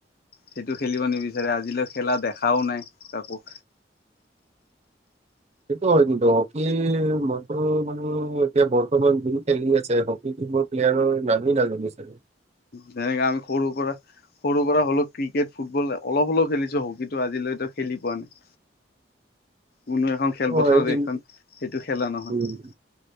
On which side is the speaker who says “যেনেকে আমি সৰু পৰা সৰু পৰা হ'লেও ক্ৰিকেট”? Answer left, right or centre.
Left